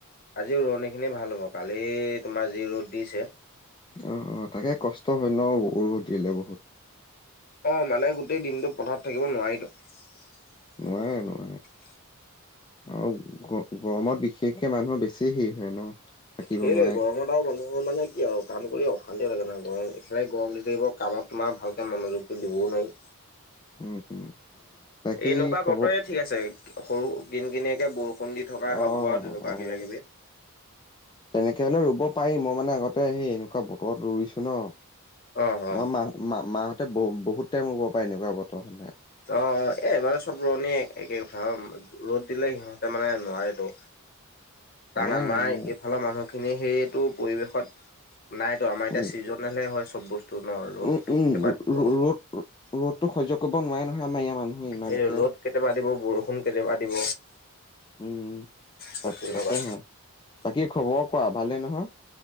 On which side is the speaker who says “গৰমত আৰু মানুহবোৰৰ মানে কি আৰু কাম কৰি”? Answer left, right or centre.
Left